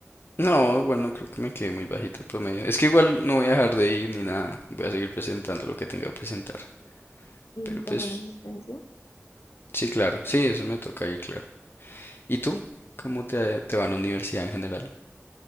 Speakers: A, on the left; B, on the left.
A: No, igual no creo que me quede muy bajito el promedio. Es que igual no voy a dejar de ir ni nada. Voy a seguir presentando lo que tenga que presentar.
B: ¿Y
A: Pero
B: toman
A: pues,
B: asistencia?
A: sí, claro. Sí, eso me toca ir, claro. ¿Y tú? ¿Cómo te, te va a la universidad en general?